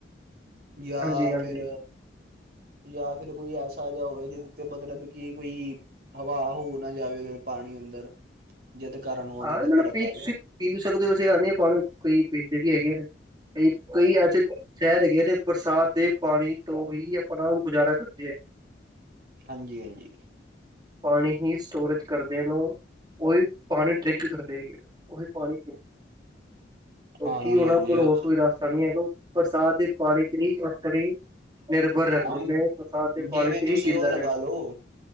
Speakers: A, on the right; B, on the right.
A: ਜਾਂ
B: ਹਾਂਜੀ ਹਾਂਜੀ
A: ਫਿਰ ਜਾਂ ਫਿਰ ਕੋਈ ਐਸਾ ਹੋਵੇ ਜਿਹਦੇ ਤੇ ਮਤਲਬ ਕਿ ਕੋਈ ਹਵਾ ਹੂ ਨਾ ਜਾਵੇ ਉਹਦੇਨ ਪਾਣੀ ਅੰਦਰ ਜਿਹਦੇ ਕਾਰਨ ਉਹਦੇ
B: ਹਾਂ
A: ਤੇ
B: ਮਤਲਬ
A: ਪਰਤ
B: ਪੀ ਤੁਸੀਂ
A: ਆਵੇ।
B: ਪੀ ਵੀ ਸਕਦੇ ਹੋ ਅਸੀਂ ਕਰ ਨਹੀਂ ਪਾਣੀ ਕਈ ਪੀਂਦੇ ਵੀ ਹੈਗੇ ਨੇ ਕਈ ਕਈ ਐਸੇ ਸ਼ਹਿਰ ਹੈਗੇ ਨੇ ਬਰਸਾਤ ਦੇ ਪਾਣੀ ਤੋਂ ਹੀ ਆਪਣਾ ਗੁਜ਼ਾਰਾ ਕਰਦੇੇ ਆ।
A: ਹਾਂਜੀ ਹਾਂਜੀ।
B: ਪਾਣੀ ਹੀ ਸਟੋਰੇਜ ਕਰਦੇ ਰਹੋ ਉਹੀ ਪਾਣੀ ਡਰਿੰਕ ਕਰ ਠੀਕ ਉਹੀ ਪਾਣੀ ਪੀ
A: ਹਾਂਜੀ
B: ਕੀ ਉਹਨਾਂ
A: ਹਾਂਜੀ
B: ਕੋਲ ਹੋਰ
A: ਉਹ
B: ਕੋਈ ਰਸਤਾ ਨੀ ਹੈ। ਬਰਸਾਤ ਦੇ ਪਾਣੀ ਤੇ ਹੀ ਆਪਣੀ ਨਿਰਭਰ ਰਹਿੰਦੇ
A: ਹੁਣ
B: ਨੇ ਬਰਸਾਤ ਦੇ ਪਾਣੀ
A: ਜਿਵੇਂ
B: ਤੇ
A: ਤੁਸੀਂ
B: ਹੀ ਜਿੰਦਾ
A: ਉਹ ਲਗਾ
B: ਰਹਿਣਾ
A: ਲਓ